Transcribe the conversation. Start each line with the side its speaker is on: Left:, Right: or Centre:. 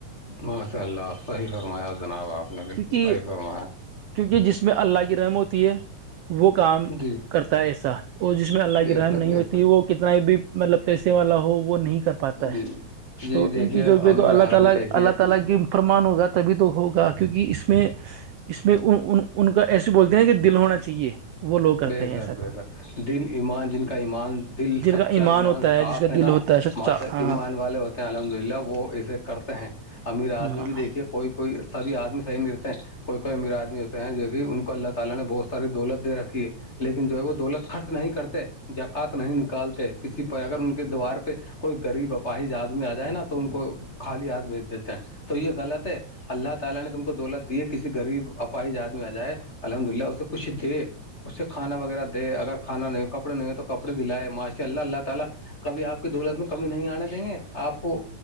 Left: ماشاء اللہ صحیح فرمایا جناب آپ نے بالکل
Right: کیونکہ
Left: صحیح فرمایا
Right: کیونکہ جس میں اللہ کی رحم ہوتی ہے وہ کام
Left: جی
Right: کرتا ہے ایسا اور جس میں اللہ
Left: بے
Right: کی رحم
Left: شک
Right: نہیں
Left: بے
Right: ہوتی
Left: شک
Right: وہ کتنا بھی مطلب پیسے والا ہو وہ نہیں کر پاتا ہے
Left: جی جی
Right: تو
Left: دیکھیے
Right: ان چیزوں پہ
Left: امیر
Right: تو اللہ
Left: آدمی
Right: تعالی
Left: دیکھیے
Right: اللہ تعالی کی فرمان ہوگا تبھی تو ہوگا کہ کیونکہ اس میں اس میں ان کا ایسے بولتے ہیں کہ دل ہونا چاہیے وہ لوگ کرتے
Left: بے
Right: ہیں ایسا
Left: شک بے شک دل ایمان جن کا ایمان دل
Right: جن
Left: سچا
Right: کا
Left: ایمان
Right: ہوتا
Left: صاف
Right: جس کا
Left: ہے
Right: دل
Left: نا
Right: ہوتا سچا
Left: مج تک
Right: ہاں
Left: ایمان والے ہوتے ہیں الحمد للہ وہ اسے کرتے ہیں امیر آت
Right: ہاں
Left: میں بھی دیکھیے کوئی بھی کوئی سب آدمی صیح نہیںتے ہیں کوئی کوئی امیر آدمی ہوتے ہیں جو کہ ان کو اللہ تعالی نے بہت ساری دولت دے رکھی ہے لیکن جو ہے وہ دولت خرچ نہیں کرتے جکات نہیں نکالتے کسی پر اگر ان کے دیوار پہ کوئی غریب اپاہی آدمی آ جائے نا تو ان کو خالی ہاتھ بھیج دیتے ہیں تو یہ غلط ہے اللہ تعالی نے تم کو دولت دی کسی غریب پائی جات میں آ جائے الحمد للہ اسے کچھ دے اس سے کانا وغیرہ دے اگر کھانا نہیں ہو کپڑے نہیں ہو تو کپڑے دلائے معاشی اللہ اللہ تعالی کبھی آپ کی دولت میں کمی نہیں آنے دیں گے آپ کو